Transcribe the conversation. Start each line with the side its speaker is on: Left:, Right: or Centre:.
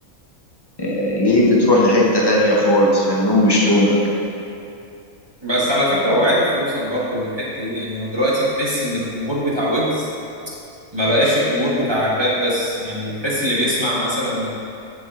Left: آه، ليه بتروح لحته تانية خالص فاهم لون مش لونك
Right: بس على فكرة هو عارف يوصل برضو للحتة دي يعني هو دلوقتي تحس إن الجمهور بتاع ويجز ما بقاش الجمهور بتاع الراب بس يعني تحس اللي بيسمع مثلا